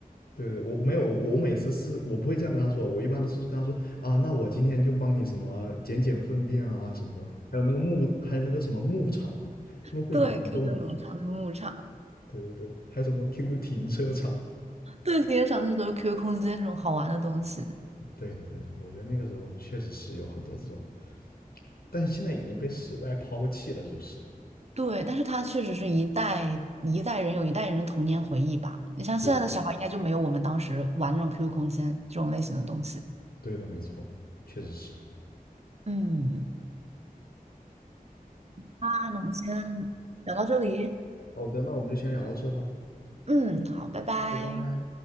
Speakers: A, on the left (about 85°); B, on the right (about 45°).
A: 对对，我没有，我每次是我不会这样跟他说，我一般都是跟他说啊，那我今天就帮你什么捡捡粪便啊什么的，还有那个牧，还有那个什么牧场嘛，他们会联动的嘛
B: <laughs> 对，QQ 农场那个牧场，
A: 对对对，还有什么 QQ 停车场？
B: 对，今天上的是都是 QQ 空间那种好玩的东西。
A: 对的对的，我觉得那个时候确实是有很多这种，但是现在已经被时代抛弃了，就是啊
B: 对，但是它确实是一代一代人有一代人的童年回忆吧。你像现在的小孩，
A: 对
B: 应该就没有我们当时玩那种 QQ 空间这种类型的东西。
A: 对的，没错，确实是。
B: 嗯，啊，那我们先聊到这里。
A: 好的，那我们就先聊到这吧，
B: 嗯，好，拜拜。
A: 拜拜。